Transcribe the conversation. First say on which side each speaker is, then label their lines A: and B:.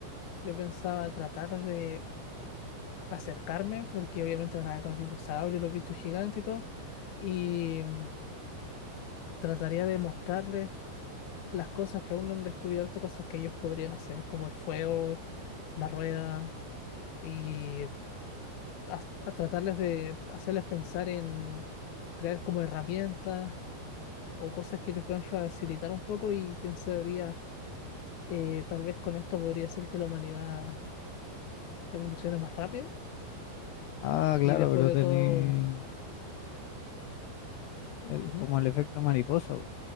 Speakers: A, on the left; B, on the left.
A: yo pensaba tratar de acercarme, porque obviamente van a ver los dinosaurios, los bichos gigantes y todo, y mm, trataría de mostrarles las cosas que aún no han descubierto, cosas que ellos podrían hacer, como el fuego, la rueda, y a, a tratarles de hacerles pensar en crear como herramientas o cosas que te puedan facilitar un poco y pensaría, eh, tal vez con esto podría ser que la humanidad evolucione más rápido
B: Ah, claro,
A: y después
B: pero
A: de
B: tenía
A: todo,
B: el,
A: ujú,
B: como el efecto mariposa, po,